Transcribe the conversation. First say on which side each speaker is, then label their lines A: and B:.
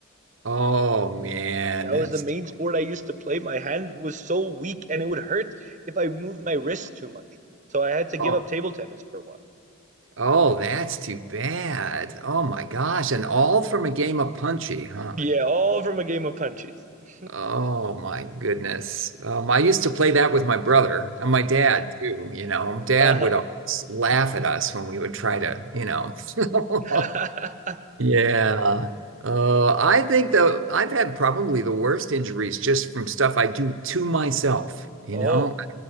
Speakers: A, on the right; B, on the right.
A: Oh man,
B: That
A: that's
B: was the main sport I used to play. My hand was so weak and it would hurt if I moved my wrist too much. So I had to give
A: oh.
B: up table tennis for a while.
A: Oh, that's too bad. Oh my gosh. And all from a game of Punchy, huh?
B: Yeah, all from a game of punches. <laughs>
A: Oh my goodness. Um, I used to play that with my brother and my dad too, you know. Dad
B: Uh-huh.
A: would always laugh at us when we would try to, you know. <laughs>
B: <laughs>
A: Yeah. Uh, I think the I've had probably the worst injuries just from stuff I do to myself, you
B: Oh,
A: know.